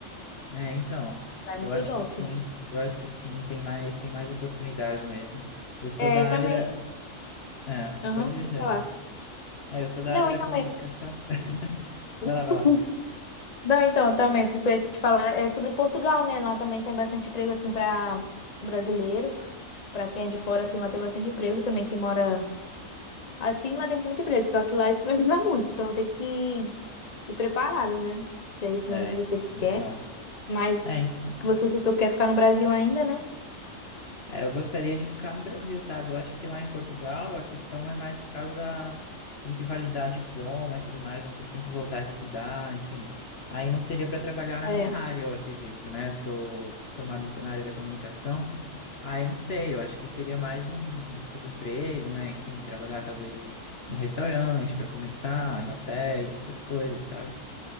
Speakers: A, on the left (about 50°); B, on the left (about 30°).
A: É, então,
B: Lá é
A: eu
B: muito
A: acho
B: top.
A: que sim. Eu acho que sim, tem mais, tem mais oportunidade mesmo. Eu sou
B: É,
A: da
B: e
A: área
B: também,
A: da. É,
B: aham,
A: pode dizer.
B: vou falar.
A: É, eu sou da
B: Não,
A: área da
B: e também,
A: comunicação. <laughs> Vai lá,
B: <laughs>
A: vai lá.
B: não, então, também, o que eu ia te falar é sobre Portugal, né? Lá também tem bastante emprego, assim, pra brasileiro, pra quem é de fora, assim, lá tem bastante emprego também, quem mora, assim, lá tem muito emprego, só que lá escraviza muito, então tem que ir preparado, né? Se É isso
A: É,
B: mesmo que você
A: então.
B: quer. Mas
A: É,
B: que você citou que quer ficar no Brasil ainda, né?
A: É, eu gostaria de ficar no Brasil, sabe? Eu acho que lá em Portugal a questão é mais por causa da... Tem que validar diploma e tudo mais, vocês têm que voltar a estudar, enfim. Aí não seria para trabalhar na
B: É,
A: minha área, eu acredito, né? Sou formado em- na área da comunicação. Aí não sei, eu acho que seria mais um subemprego, né? Enfim, trabalhar talvez em restaurantes para começar, em hotéis, essas coisas, sabe?